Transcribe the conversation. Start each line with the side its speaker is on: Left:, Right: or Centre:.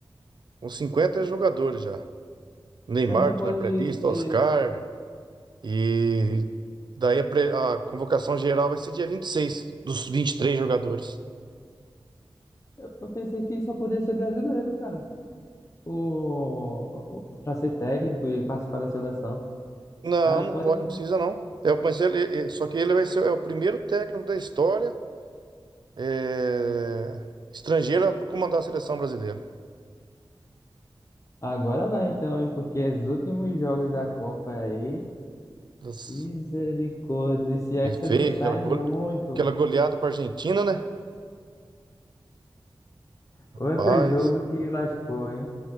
Right: com 50 jogadores já. Neymar
Left: mas não pode
Right: tá na pré-lista,
Left: ser.
Right: Oscar. E daí a, pré- a convocação geral vai ser dia 26 dos 23 jogadores.
Left: Eu, eu pensei que só podia ser brasileiro, cara. O, o, pra ser técnico e participar da seleção.
Right: Não,
Left: Ah,
Right: não
Left: pode
Right: pode,
Left: então.
Right: não precisa não. É, mas ele, é- só que ele vai ser é o primeiro técnico da história é, estrangeiro a comandar a seleção brasileira.
Left: Agora vai então, hein? Porque os últimos jogos da Copa aí.
Right: Das-
Left: Misericórdia, esse Hexa
Right: Ele fez
Left: não sai
Right: aquela, go-
Left: muito.
Right: aquela goleada para Argentina, né?
Left: Outro
Right: Paz,
Left: jogo que lascou, hein?